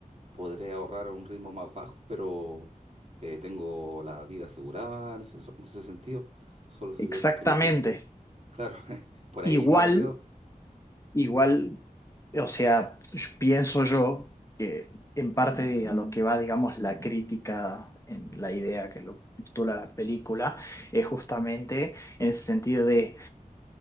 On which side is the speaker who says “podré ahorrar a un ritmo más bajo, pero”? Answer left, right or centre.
Right